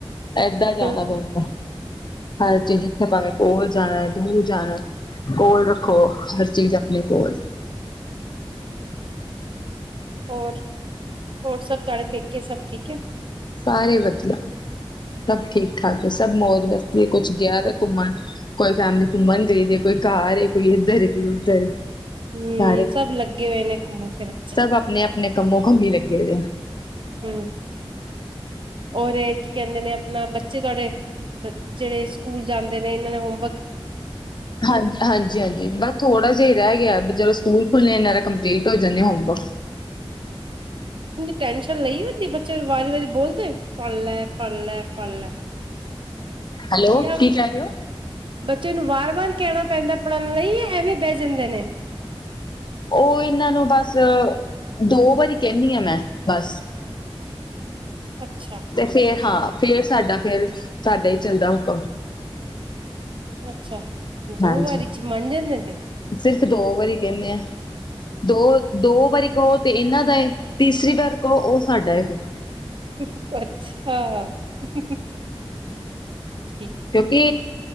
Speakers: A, on the left; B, on the right.
A: ਏਦਾਂ
B: ਬਿਲਕੁਲ
A: ਜਾਣਾ ਹਊਗਾ ਹਰ ਚੀਜ਼ ਜਿੱਥੇ ਭਾਵੇਂ ਕੋਲ ਜਾਣਾ ਦੂਰ ਜਾਣਾ, ਕੋਲ ਰੱਖੋ, ਹਰ ਚੀਜ਼ ਆਪਣੇ ਕੋਲ।
B: ਹੋਰ, ਹੋਰ ਸਭ ਤੁਹਾਡੇ ਪੇਕੇ ਸਭ ਠੀਕ ਹੈ?
A: ਸਾਰੇ ਵਧੀਆ, ਸਭ ਠੀਕ- ਠਾਕ ਹੈ। ਸਭ ਮੌਜ ਵਸ ਵੀ ਕੁਛ ਗਿਆ
B: ਹਮ
A: ਤਾਂ ਘੁੰਮਣ ਕੋਈ ਫੈਮਿਲੀ ਘੁੰਮਣ ਗਈ, ਕੋਈ ਘਰ ਏ, ਕੋਈ ਇੱਧਰ ਏ, ਕੋਈ ਉੱਧਰ ਏ।
B: ਹਮਮ,
A: ਸਾਰੇ
B: ਸਭ ਲੱਗੇ ਹੋਏ ਨੇ ਘੁੰਮਣ ਫਿਰਨ ਚ
A: ਸਭ ਆਪਣੇ -ਆਪਣੇ ਕੰਮੋ ਖਮੀ ਲੱਗੇ ਦੇ ਆ।
B: ਹਮਮ, ਹੋਰ ਏ ਕੀ ਕਹਿੰਦੇ ਨੇ ਨਾ ਬੱਚੇ ਤੁਹਾਡੇ, ਜਿਹੜੇ ਸਕੂਲ ਜਾਂਦੇ ਨੇ ਇਹਨਾਂ ਨੇ ਹੋਮ
A: ਹਾਂ, ਹਾਂਜੀ-ਹਾਂਜੀ ਬਸ ਥੋੜਾ ਜਿਹਾ ਰਹਿ ਗਿਆ ਵੀ ਜਦੋਂ ਸਕੂਲ ਖੁਲਨੇ ਇਹਨਾਂ ਦੇ ਕੰਪਲੀਟ ਹੋ ਜਾਨੇ ਹੋਮਵਕ।
B: ਟੈਂਨਸ਼ਨ ਲਈ ਜਾਂਦੀ ਬੱਚੇ ਵਾਰੀ-ਵਾਰੀ ਬੋਲਦੇ ਪੜ੍ਹ ਲੈ। ਪੜ ਲੈ -ਪੜ ਲੈ,
A: ਹੈਲੋ
B: ਯਾ
A: ਕੀ ਕਹਿ ਰਹੇ ਹੋ
B: ਬੱਚੇ ਨੂੰ ਵਾਰ-ਵਾਰ ਕਹਿਣਾ ਪੈਂਦਾ ਪੜ੍ਹਾਨ ਲਈ ਐਵੇਂ ਬਹਿ ਜਾਂਦੇ ਨੇ।
A: ਉਹ ਇਹਨਾਂ ਨੂੰ ਬਸ ਦੋ ਵਾਰੀ ਕਹਿੰਦੀ ਆ ਮੈਂ, ਬਸ।
B: ਅੱਛਾ
A: ਤੇ ਫੇਰ ਹਾਂ। ਫੇਰ ਸਾਡਾ ਫੇਰ, ਸਾਡਾ ਹੀ ਚੱਲਦਾ ਹੁਕਮ।
B: ਅੱਛਾ! ਦੋ
A: ਹਾਂਜੀ
B: ਵਾਰੀ ਚ ਮੰਨ ਜਾਂਦੇ ਨੇ।
A: ਸਿਰਫ ਦੋ ਵਾਰੀ ਕਹਿਨੇ ਆ। ਦੋ-ਦੋ ਵਾਰੀ ਕਹੋ ਤੇ ਇਹਨਾਂ ਦਾ ਤੀਸਰੀ ਵਾਰ ਕਹੋ ਉਹ ਸਾਡਾ ਫੇਰ।
B: <inaudible> ਹਾਂ, ਹ -ਹ -ਹ। <inaudible>
A: ਕਿਉਂਕਿ,